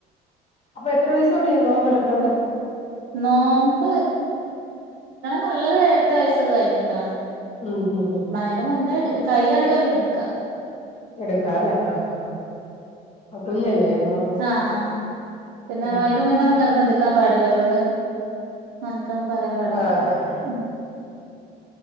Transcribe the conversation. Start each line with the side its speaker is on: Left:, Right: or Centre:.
Left: അപ്പൊ എത്ര വയസ്സുതോട്ട് ഈ നോമ്പ് എടുക്കണ്ടേ
Right: നോമ്പ്ടുക്കണ നല്ലത് എട്ട് വയസ്സൊക്കെ കഴിഞ്ഞിട്ടാണ്
Left: ഉം ഹ് ഹ്
Right: അതിന്റെ മുന്നേ കൈയാണെങ്കിൽ അവക്ക് എടുക്ക
Left: എടുക്കാല്ലേ ആഹ് ആഹ് കുഞ്ഞല്ലേ അപ്പൊ
Right: ആഹ് പിന്നെ
Left: ഉം
Right: അതിന് മുന്നേ നമ്മൾ നിർബന്ധിക്കാൻ പാടില്ല അവരോട് നൽക്കണന്ന് പറയാൻ പാടില്ല
Left: ആഹ് ഹ ഹ
Right: ഉം